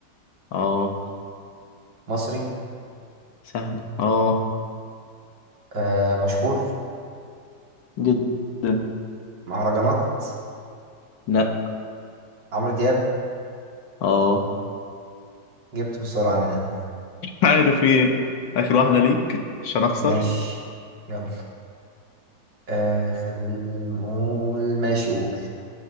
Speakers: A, on the left; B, on the right.
A: اه
B: مصري
A: سهل اه
B: آه مشهور
A: جدا
B: مهرجانات
A: لا
B: عمرو دياب
A: اه
B: جبته بسرعة انا ده
A: عارف ايه اخر واحدة ليك عشان اخسر
B: ماشي يلا آه خلينا نقول ماشي قول